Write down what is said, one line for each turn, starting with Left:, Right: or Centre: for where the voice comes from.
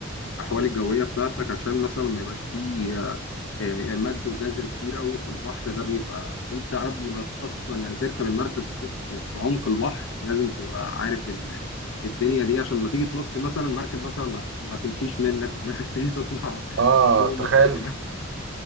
Left: الاحوال الجويه بتاعتك عشان مثلا ما يبقاش فيه آه، آه، مد وجزر كتير قوي في البحر ده بيبقى انت قبل ما اصلا يعني تركب المركب وتروح في في عمق البحر لازم تبقى عارف ال- الدنيا دي عشان ما تيجي تنط مثلا المركب مثلا ما ما تمشيش منك وفي الاخر <laughs> تيجي تطلع
Right: اه
Left: فوق
Right: تخيل
Left: ما تلاقيش
Right: <laughs>